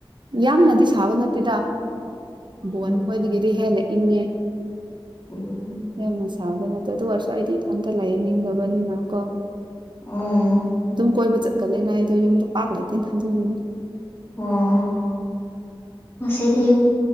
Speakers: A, on the right; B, on the left.
A: ꯌꯥꯝꯅꯗꯤ ꯁꯥꯕ ꯅꯠꯇꯦꯗ ꯕꯣꯟ
B: ꯎꯝ
A: ꯈꯣꯏꯗꯒꯤ ꯌꯥꯝꯅ ꯏꯪꯉꯦ
B: ꯎꯝ
A: ꯌꯥꯝꯅ ꯁꯥꯕ ꯅꯠꯇ꯭ꯔꯦ ꯑꯗꯨ ꯑꯣꯏꯔꯁꯨ ꯑꯩꯗꯤ ꯏꯇꯣꯝꯇ ꯂꯩꯅꯤꯡꯗꯕꯅꯤꯅ ꯀꯣ
B: ꯑꫭ
A: ꯑꯗꯨꯝ ꯀꯣꯏꯕ ꯆꯠꯀꯅꯤꯅ ꯑꯩꯗꯣ ꯌꯨꯝꯗ ꯄꯥꯛ ꯂꯩꯇꯦꯅ ꯑꯗꯨꯒꯤꯅꯤ
B: ꯑꯣ ꯉꯥꯁꯤꯗꯤ